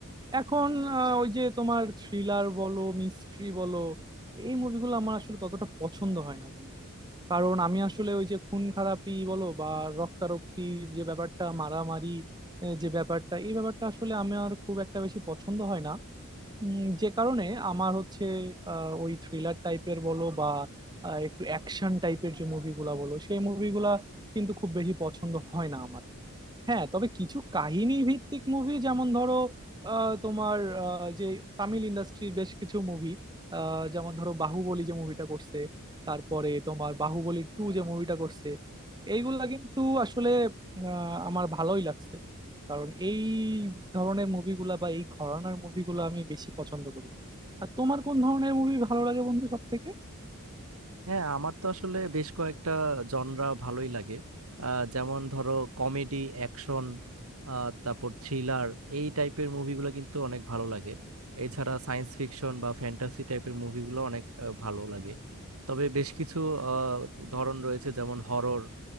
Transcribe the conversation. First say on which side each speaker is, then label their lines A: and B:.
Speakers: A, on the right; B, on the right.
A: এখন আহ, ওই যে তোমার থ্রিলার বলো মিস্ট্রি বলো এই মুভিগুলো আমার আসলে ততটা পছন্দ হয় না বন্ধু কারণ আমি আসলে ওই যে খুন খারাপি বলো বা রক্তারক্তি যে ব্যাপারটা মারামারি আহ, যে ব্যাপারটা এই ব্যাপারটা আসলে আমার খুব একটা বেশি পছন্দ হয় না উম, যে কারণে আমার হচ্ছে আহ, ওই থ্রিলার টাইপের বলো বা আহ, একটু অ্যাকশন টাইপের যে মুভিগুলা বলো সেই মুভিগুলা কিন্তু খুব বেশি পছন্দ হয় না আমার হ্যাঁ তবে কিছু কাহিনী ভিত্তিক মুভি যেমন ধরো আহ, তোমার আহ, যে তামিল ইন্ডাস্ট্রির বেশ কিছু মুভি যেমন ধরো বাহুবলী যে মুভিটা করছে তারপরে তোমার বাহুবলী টু যে মুভিটা করছে এইগুলা কিন্তু আসলে আহ, আমার ভালোই লাগছে কারণ এই ধরনের মুভিগুলা বা এই ঘরানার মুভিগুলো আমি বেশি পছন্দ করি আর তোমার কোন ধরনের মুভি ভালো লাগে বন্ধু সব থেকে
B: হ্যাঁ আমার তো আসলে বেশ কয়েকটা জনরা ভালোই লাগে আহ, যেমন ধরো কমেডি অ্যাকশন তারপর থ্রিলার এই টাইপের মুভিগুলো কিন্তু অনেক ভালো লাগে এছাড়া সায়েন্স ফিকশন বা ফ্যান্টাসি টাইপের মুভিগুলো অনেক আহ, ভালো লাগে তবে বেশ কিছু আহ, ধরন রয়েছে যেমন হরর